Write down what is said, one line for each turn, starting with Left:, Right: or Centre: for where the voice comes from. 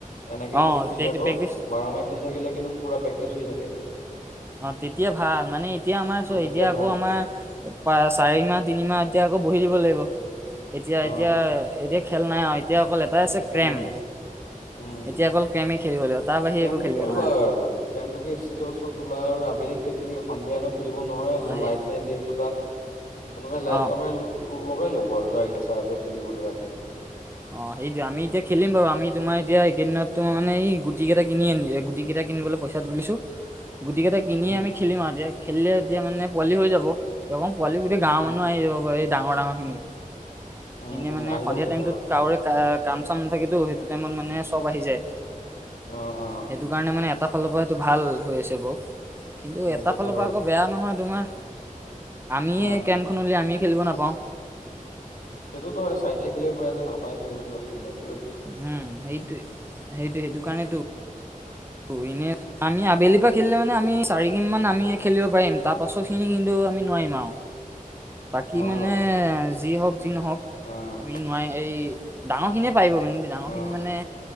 Left: এনেকে
Right: অ
Left: যদি খেলি
Right: প্ৰেক্টিচ
Left: থাকো, বাৰমাহে খেলি থাকিলে কিন্তু পুৰা প্ৰেক্টিচ হৈ থাকে।
Right: অঁ তেতিয়া ভাল। মানে এতিয়া আমাৰ
Left: অ
Right: চোৱা,
Left: তেতিয়া
Right: এতিয়া আকৌ
Left: ভাল
Right: আমাৰ চাৰি মাহ তিনিমাহ এতিয়া আকৌ বহি দিব লাগিব এতিয়া
Left: অ
Right: এতিয়া এতিয়া খেল নাই অঁ এতিয়া অকল এটাই আছে
Left: এতিয়া
Right: ক্ৰেম।
Left: নাই আৰু উম
Right: এতিয়া অকল ক্ৰেমে খেলিব লাগিব তাৰ বাহিৰে
Left: ক্ৰেমটোকে
Right: একো খেলিব
Left: ওলা
Right: নোৱাৰা
Left: আৰু ক্ৰেমটোকে ষ্টেজৰ ওচৰত ওলা আৰু আবেলি খেলিবি সন্ধিয়া এনেওঁ খেলিব নোৱাৰই
Right: অ সেই
Left: লাইট নাই যিহেতু তাত কোনোবাই লাইট
Right: অ
Left: উ লগাই ল'ব আৰু যাৰ ইচ্ছা আছে খেলিবলৈ ৰাতি।
Right: অঁ সেইটো আমি এতিয়া খেলিম বাৰু আমি তোমাৰ এতিয়া এইকেদিন'তো মানে গুটিকেটা কিনিআনিযে গুটিকেইটা কিনো লে পইচা তুলিছো গুটিকেইটা কিনিয়ে
Left: উম
Right: আমি খেলিম আৰু এতিয়া খেলিলে এতিয়া মানে পোৱালি হৈ যাব। কিবা ক'ম পোৱালি গোটেই গাঁৱৰ
Left: উম
Right: মানুহ আহিজাব এই ডাঙৰ ডাঙৰখিনি
Left: উম
Right: এনেই
Left: উম
Right: মানে
Left: আহি
Right: সন্ধিয়া
Left: যাব তেতিয়া
Right: টাইমটোত কাৰোৰে কাম চাম নাথাকেতো সেইটো টাইমত মানে চব আহি যায়
Left: অ অ অ
Right: সেইটো কাৰণে মানে এটা ফালৰ পৰা সেইটো ভালহৈ আছে বাৰু কিন্তু
Left: উম
Right: এটা
Left: সেইটো
Right: ফালৰ
Left: হয়
Right: পৰা আকৌ বেয়াও নহয় তোমাৰ। আমিয়ে
Left: অ
Right: কেম্পখন উলিয়াই আমিয়ে খেলিব নাপাওঁ।
Left: সেইটোত হয় চাইটেগ খেলিব পাৰে যে নাপায় খেলিবলৈ বাকী বিলাক।
Right: উম সেইটো সেইটো সেইটো কাৰণেতো। ইনে আমি আবেলিৰ পৰা খেলিলে মানে আমি চাৰি কিন মান আমি খেলিব পাৰিম তাৰ পাছত খিনি কিন্তু আমি নোৱাৰিম আৰু। বাকী
Left: নোৱাৰো
Right: মানে
Left: আৰু।
Right: যি হওঁক যি নহওঁক
Left: অ',
Right: আমি নোৱাৰি এই ডাঙৰ খিনিয়ে পাৰিব কিন্তু ডাঙৰখিনি
Left: অ',
Right: মানে